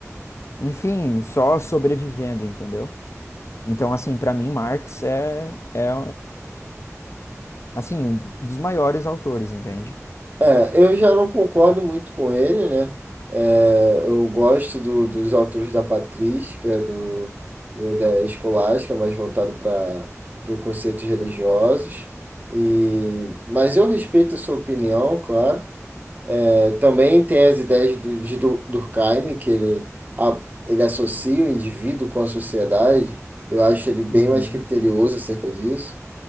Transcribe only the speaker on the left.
enfim, só sobrevivendo, entendeu? Então, assim, pra mim, Marx é, é, assim, um dos maiores autores, entende?
Uhum.